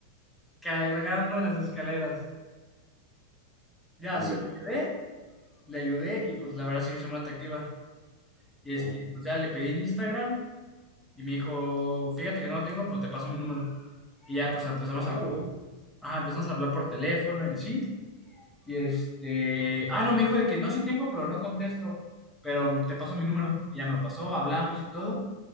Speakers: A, in the centre; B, on the right.
A: cargando en las escaleras. Ya,
B: Uy.
A: se lo llevé, le ayudé y pues la verdad se hizo muy atractiva. Y este,
B: Ajá.
A: pues ya le pedí en Instagram y me dijo, fíjate que no lo tengo, pues te paso mi número. Y ya, pues empezamos
B: Ah,
A: a, hablar.
B: bueno.
A: ajá, empezamos a hablar por teléfono y así. Y este, ah, no, me dijo de que no, sí tengo, pero no contesto, pero te paso mi número. Y ya me lo pasó, hablamos y todo,